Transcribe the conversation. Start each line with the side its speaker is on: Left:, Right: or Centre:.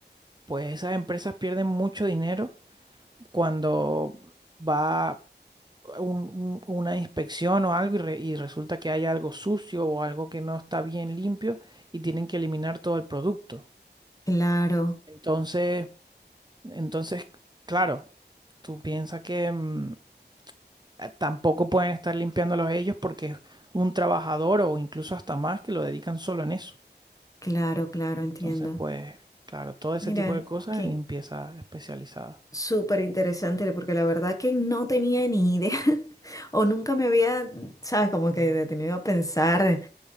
Right: Pues esas empresas pierden mucho dinero cuando va. un- un- una inspección o algo y, re- y resulta que hay algo sucio o algo que no está bien limpio y tienen que eliminar todo el producto.
Left: Claro,
Right: Entonces, entonces, claro, tú piensas que mm, eh, tampoco pueden estar limpiándolos ellos porque es un trabajador o incluso hasta más que lo dedican solo en eso.
Left: claro, claro, entiendo.
Right: Entonces, pues, claro, todo ese
Left: Mira,
Right: tipo de cosas
Left: qué,
Right: es limpieza especializada.
Left: Súper interesante, porque la verdad que no tenía ni idea <laughs> o nunca me había, sabes, como que detenido a pensar